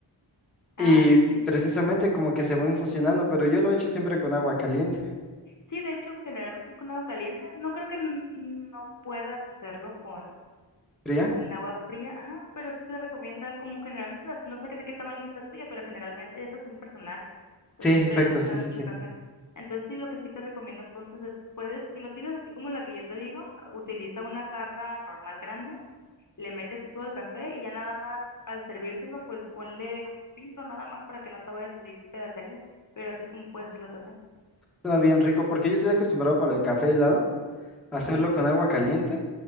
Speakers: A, on the left; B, in the centre.
A: Ah,
B: Y
A: sí, sí.
B: precisamente
A: ujú.
B: como que se van fusionando, pero yo lo he hecho siempre con agua caliente.
A: Sí, de hecho, generalmente es con agua caliente. No creo que n- no puedas hacerlo con
B: ¿Fría?
A: Con agua fría, ajá, pero sí se recomienda como generalmente las, no sé qué- de qué tamaño es la tuya, pero generalmente esas son personales, entonces
B: Sí, exacto,
A: no te, no te
B: sí,
A: da mucho
B: sí, sí.
A: café. Entonces sí, lo que sí te recomiendo entonces es, puedes, si no tienes así como la que yo te digo, utiliza una jarra normal grande, le metes tú todo el café y ya nada más al servírtelo, pues ponle un filtro nada más para que no te vaya a salir pedacería, pero así es como puedes hacerlo también.
B: Suena bien rico porque yo estoy acostumbrado para el café helado, hacerlo con agua caliente